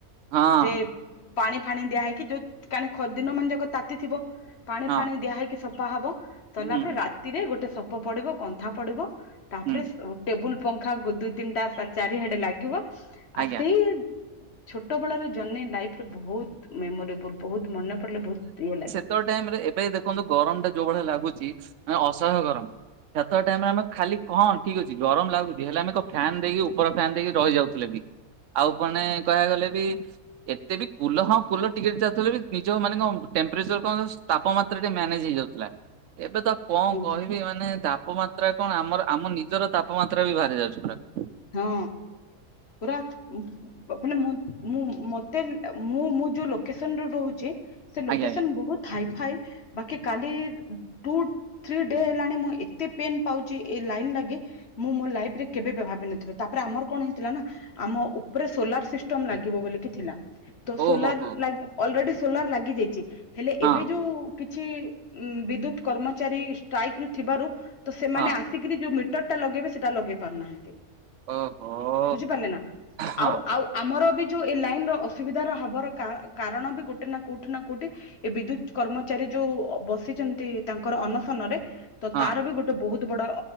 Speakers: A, on the right; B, on the left.
A: ହଁ
B: ଯେ ପାଣି ଫାଣି ଦିଆ ହେଇକି, ଯୋଉ କା ଦିନ ମାନେ ଯାକ ତାତି ଥିବ ପାଣି
A: ହଁ
B: ଫାଣି ଦିଆ ହେଇକି ସଫା ହବ। ସରିଲା
A: ହୁଁ ହୁଁ
B: ପରେ ରାତିରେ ଗୋଟେ ସଫ ପଡିବ, କନ୍ଥା ପଡିବ, ତାପରେ
A: ହୁଁ
B: ଟେବୁଲ୍ ପଙ୍ଖା ଦୁଇ ତିନିଟା ଚାରିଆଡେ ଲାଗିବ,
A: ଆଜ୍ଞା।
B: ଆଉ ସେଇ ଛୋଟ ବେଳର ଜର୍ନି ଲାଇଫ୍ ରେ ବୋହୁତ୍ ମେମୋରେବୁଲ୍, ବୋହୁତ୍ ମାନେ ପଡିଲେ ବୋହୁତ୍ ଇଏ ଲାଗେ।
A: ଛୋଟ ଟାଇମ୍ ରେ ଏବେ ଦେଖନ୍ତୁ ଗରମ ଟା ଯୋଉ ଭଳିଆ ଲାଗୁଛି, ମାନେ ଅସହୟ ଗରମ। ସେତେବେଳେ ଟାଇମ୍ ରେ ଆମେ ଖାଲି କଣ ଠିକ୍ ଅଛି ଗରମ ଲାଗୁଛି ହେଲେ ଆମେ ଏକ ଫ୍ୟନ୍ ଦେଇକି ଉପର ଫ୍ୟନ୍ ଦେଇକି ରହିଯାଉଥିଲେ ବି ଆଉ ପଣେ କହିବାକୁ ଗଲେ ବି ଏତେ ବି କୁଲ ହଁ କୁଲ ଟିକେ ଯାଉଥିଲେ ବି ନିଜ ମାନେ କଣ ଟେମ୍ପରେଚର୍ କଣ ତାପମାତ୍ରା ଟେ ମ୍ୟାନେଜ୍ ହେଇଯାଉଥିଲା। ଏବେ ତ କଣ
B: ହଁ
A: କହିବି ମାନେ ତାପମାତ୍ରା କଣ, ଆମର ଆମ ନିଜର ତାପମାତ୍ରା ବି ବାହାରି ଯାଉଛି ପୁରା।
B: ହଁ ପୁରା ମାନେ ମୁଁ ମତେ ମୁଁ ମୁଁ ଯୋଉ ଲୋକସନରେ ରହୁଛି ସେ ଲୋକେସନ
A: ଆଜ୍ଞା ଆଜ୍ଞା
B: ବୋହୁତ୍ ହାଇ ଫାଇ ବାକି କାଲି ଟୁ ଥ୍ରୀ ଡେ ହେଲାଣି ମୁଁ ଏତେ ପେନ୍ ପାଉଛି ଏ ଲାଇନ୍ ଲାଗି ମୁଁ ମୋ ଲାଇଫ୍ ରେ କେବେ ଭାବିନଥିଲି ତାପରେ ଆମର କଣ ହେଇଥିଲା ନା, ଆମ ଉପରେ ସୋଲାର ସିଷ୍ଟମ ଲାଗିବ ବୋଲି କି ଥିଲା। ତ
A: ହଁ
B: ସୋଲାର
A: ଓହୋ ହୋ
B: ଲାଗ ଅଲ୍ ରେଡି ସୋଲାର ଲାଗି ଯାଇଛି। ହେଲେ
A: ହଁ
B: ଏବେ ଯୋଉ କିଛି ଉଁ ବିଦ୍ୟୁତ କର୍ମଚାରୀ ଷ୍ଟ୍ରାଇକ୍ ରୁ ଥିବାରୁ ତ ସେମାନେ
A: ହଁ
B: ଆସି ଟିକିରି ଯୋଉ ମିଟରଟା ଲଗେଇବେ ସେଟା ଲଗେଇ ପାରୁନାହାନ୍ତି।
A: ଓହୋ।
B: ବୁଝିପାରିଲେନା
A: ହଁ
B: ଆଉ ଆଉ ଆମରବି ଯଉ ଏଇ ଲାଇନର ଅସୁବିଧାର ହବର କା କାରଣବି ଗୋଟେନା କୋଉଠି ନା କଉଠି ଏ ବିଦ୍ୟୁତ କର୍ମଚାରୀ ଯୋଉ ବସିଛନ୍ତି ତାଙ୍କର ଅନଶନରେ ତ
A: ହଁ।
B: ତାରବି ଗୋଟେ ବହୁତ୍ ବଡ଼